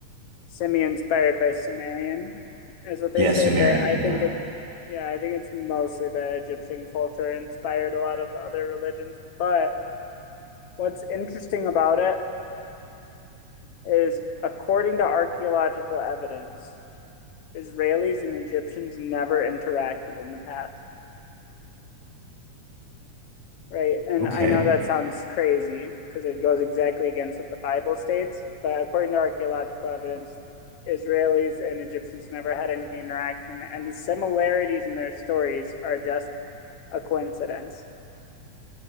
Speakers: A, on the left; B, on the right.
A: semi-inspired by Sumerian, is what
B: yeah
A: they say,
B: sumerian
A: but I
B: yeah
A: think it yeah, I think it's mostly that Egyptian culture inspired a lot of other religions. But what's interesting about it is according to archaeological evidence, Israelis and Egyptians never interacted in the past, right? And
B: okay
A: I know that sounds crazy because it goes exactly against what the Bible states, but according to archaeological evidence, Israelis and Egyptians never had any interaction, and the similarities in their stories are just a coincidence.